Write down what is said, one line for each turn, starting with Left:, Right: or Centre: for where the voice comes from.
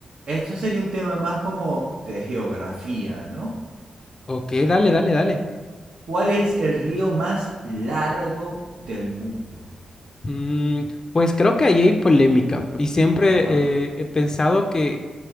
Right: Esto sería un tema más como de geografía, ¿no?
Left: Ok, dale, dale, dale.
Right: ¿Cuál es el río más largo del mundo?
Left: Mm, pues creo que ahí hay polémica y siempre
Right: Ajá.
Left: eh, he pensado que